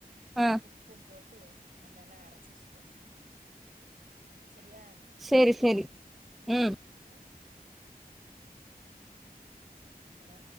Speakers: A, in the centre; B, on the right.
A: அ
B: உப்பும் போட்டு அந்தயெலா அரச்சு எச்சுகோ செரியா
A: சேரி சேரி ம்
B: ம் ஹலோ